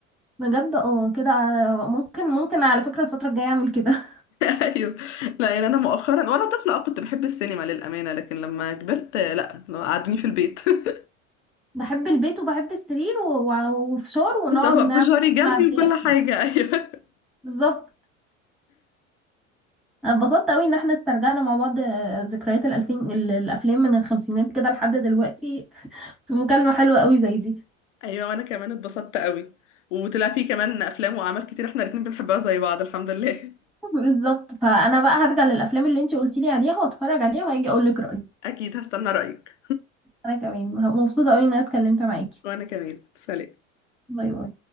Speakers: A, in the centre; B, on the left.
A: بجد اه كده آه، ممكن ممكن على فكرة الفترة الجاية اعمل كده
B: ايوه لا يعني انا مؤخرا وانا طفله اه كنت بحب السينما للامانه لكن لما كبرت آه، لا قعدوني في البيت <laughs>
A: <laughs> بحب البيت وبحب السرير و- و- وفشار ونقعد
B: وطبق
A: نعمل
B: فشاري جنبي
A: كده مع الضيق.
B: وكل حاجة <laughs> أيوة
A: <laughs> بالظبط أنا اتبسطت قوي ان احنا استرجعنا مع بعض آه، ذكريات الالفين ال- الافلام من الخمسينات كده لحد دلوقتي في مكالمة حلوة قوي زي دي
B: أيوة وأنا كمان اتبسطت قوي وطلع فيه كمان أفلام وأعمال كتير احنا الاتنين بنحبها زي بعض الحمد لله
A: <laughs> بالظبط فانا بقى هرجع للافلام اللي انتي قلتي لي عليها واتفرج عليها وهاجي اقول لك رأيي
B: أكيد هستنى رأيك
A: انا كمان مبسوطة قوي ان انا اتكلمت معاكي
B: وأنا كمان سلام
A: باي باي